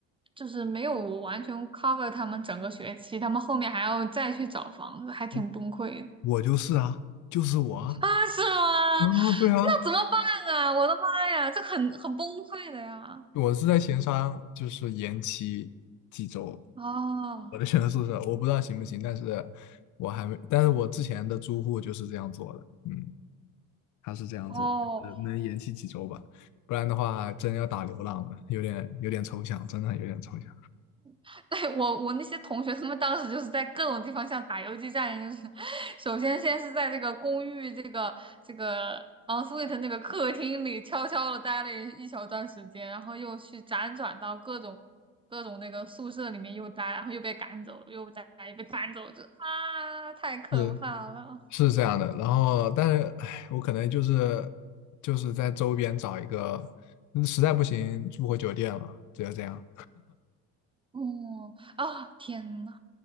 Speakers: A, on the right; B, on the left.
A: 就是没有完全 cover 他们整个学期，他们后面还要再去找房子，还挺崩溃的
B: 我我就是啊，就是我啊，
A: 啊，是吗？
B: 啊，对啊，
A: 那怎么办啊？我的妈呀，这很很崩溃的呀！
B: 我是在前商，就是延期几周。
A: 哦
B: 我的选择宿舍，我不知道行不行，但是我还没，但是我之前的租户就是这样做的，嗯，他是这样做的，
A: 哦，
B: 就是能延期几周吧，不然的话真要打流浪了，有点有点抽象，真的有点抽象，
A: <laughs> 对，我我那些同学，他们当时就是在各种地方像打游击战一样，就是 <laughs> 首先先是在这个公寓这个这个 ensuite 那个客厅里悄悄的待了一一小段时间，然后又去辗转到各种各种那个宿舍里面又待，然后又被赶走，又再又被赶走，就啊，太可怕了！
B: 是是这样的。然后，但是唉，我可能就是就是在周边找一个，嗯实在不行住回酒店了，只有这样。
A: 哦啊，天呐！